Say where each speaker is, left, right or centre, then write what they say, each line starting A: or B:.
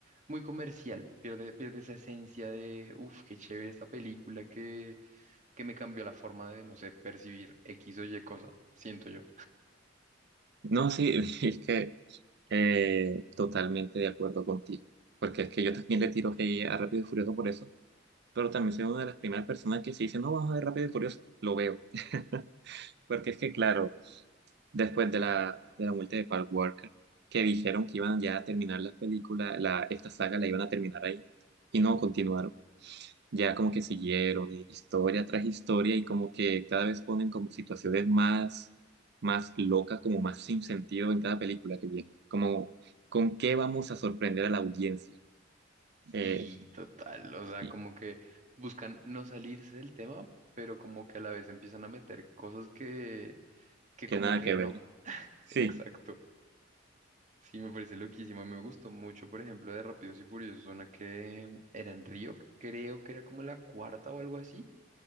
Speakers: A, on the right; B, on the right.
A: muy comercial, pierde, pierde esa esencia de, uff, qué chévere esta película que, que me cambió la forma de, no sé, percibir X o Y cosa, siento yo.
B: No, sí, <laughs> es que eh, totalmente de acuerdo contigo, porque es que yo también le tiro hate a Rápido y Furioso por eso, pero también soy una de las primeras personas que se dice, no, vamos a ver Rápido y Furioso, lo veo. <laughs> Porque es que, claro, después de la, de la muerte de Park Walker, que dijeron que iban ya a terminar la película, la, esta saga la iban a terminar ahí, y no continuaron. Ya como que siguieron, y historia tras historia, y como que cada vez ponen como situaciones más, más locas, como más sin sentido en cada película que viene. Como, ¿con qué vamos a sorprender a la audiencia? Eh,
A: Sí, total, o sea,
B: y
A: como que buscan no salirse del tema, pero como que a la vez empiezan a meter cosas que, que
B: que
A: como
B: nada
A: que
B: que
A: no,
B: ver.
A: <laughs>
B: Sí,
A: exacto. Sí, me parece loquísimo y me gustó mucho, por ejemplo, de Rápidos y Furiosos, una que era en Río, creo que era como la cuarta o algo así